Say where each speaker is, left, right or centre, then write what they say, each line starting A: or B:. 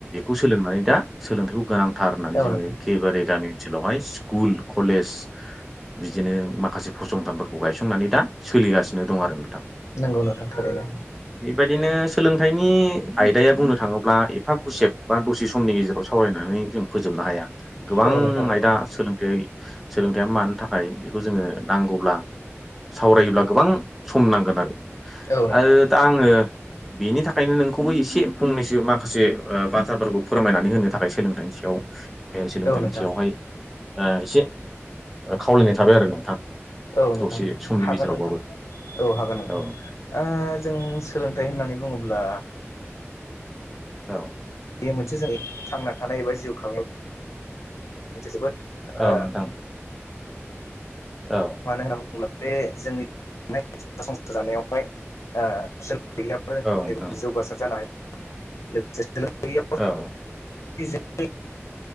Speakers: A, in the centre; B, on the left.
A: बेखौ सोलोंनानै दा सोलोंथाइखौ गोनांथार होननानै जों
B: नोंथां
A: एखेबारे गामिनि। ओनसोलावहाय स्कुल कलेज बिदिनो माखासे फसंथानफोरखौ गायसंनानै दा सोलिगासिनो दं आरो नोंथां।
B: नोंगौ नोथां थारैनो।
A: बेबायदिनो सोलोंथाइनि आयदाया बुंनो थाङोब्ला एफा गुसेब बा दसे समनि गेजेराव सावरायनानै जों फोजोबनो हाया।
B: औ
A: गोबां
B: नोंथां नंगौ
A: आयदा सोलोंथ सोलोंथाइया मानो थाखाय बेखौ जोङो नांगौब्ला सावरायोब्ला गोबां सम नांगोन आरो।
B: औ नोंथां।
A: आरो दा आङो बेनि थाखायनो नोंखौबो एसे फंनैसो माखासे बाथ्राफोरखौ फोरमायनानै होनो थाखाय सोलोंथाइनि सायाव सोलोंथाइनि
B: औ नोंथां
A: सायावहाय ओ एसे खावलायनाय थाबाय आरो नोंथां।
B: औ नोंथां
A: दसे समनि
B: हागोन
A: गेजेरावबाबो
B: नोंथां औ हागोन नोंथां।
A: औ
B: जों सोलोंथाइ होननानै बुङोब्ला
A: औ।
B: बेयो मोनसे जों थांना थानाय एबा जिउ खांनायाव मोनसे जोबोद
A: औ
B: ओ
A: नोंथां औ
B: मानो होनना बुङोब्ला बे जोंनि संसार जानायावहाय ओ
A: औ नोंथां
B: जौगासार जानो हायो लोगोसे जों
A: औ
B: जों